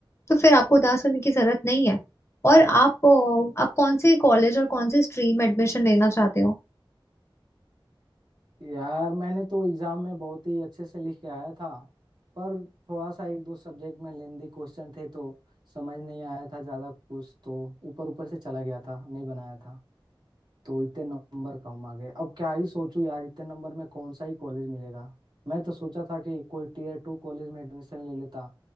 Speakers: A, on the left; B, on the right.
A: तो फिर आपको उदास होने की जरूरत नहीं है और आप अ, आप कौन से कॉलेज और कौन से स्ट्रीम एडमिशन लेना चाहते हो
B: यार मैंने तो एग्जाम में बहुत ही अच्छे से लिख के आया था पर थोड़ा सा एक दो सब्जेक्ट में लेंदी क्वेश्चन थे तो समझ नहीं आया था ज्यादा कुछ तो ऊपर ऊपर से चला गया था नहीं बनाया था तो इतने नंबर कम आ गए अब क्या ही सोचूं यार इतने नंबर में कौन सा ही कॉलेज मिलेगा मैं तो सोचा था कि कोई टीयर टू कॉलेज में एडमिशन ले लेता